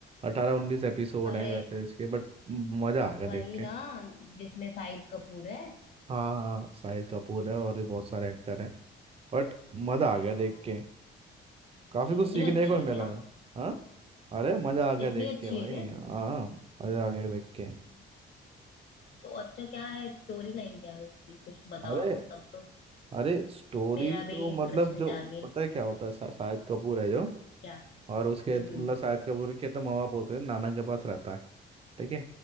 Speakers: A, on the right; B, on the left.
A: अठारह उन्नीस एपिसोड
B: अरे
A: हैं वेब सीरीज के बट मज़ा आ गया
B: वही
A: देख के
B: ना जिसमें शाहिद कपूर है
A: हाँ हाँ शाहिद कपूर है और भी बहुत सारे एक्टर हैं बट मज़ा आ गया
B: हाँ
A: देख के काफ़ी कुछ
B: इतनी
A: सीखने
B: अच्छी
A: को भी
B: है
A: मिला
B: क्या
A: है हाँ अरे मज़ा आ गया
B: इतनी
A: देख
B: अच्छी
A: के भाई
B: है क्या
A: हाँ मज़ा आ गया देख के
B: हाँ। तो अच्छा क्या है स्टोरी लाइन क्या है उसकी कुछ बताओ
A: अरे
B: तो तब तो
A: अरे स्टोरी
B: मेरा
A: तो
B: भी इंटरेस्ट
A: मतलब जो
B: जागे
A: पता है क्या होता है शा- शाहिद कपूर है जो
B: क्या हम्म
A: और उसके मतलब
B: हम्म
A: शाहिद कपूर के तो माँ बाप होते हैं नाना के पास रहता है ठीक है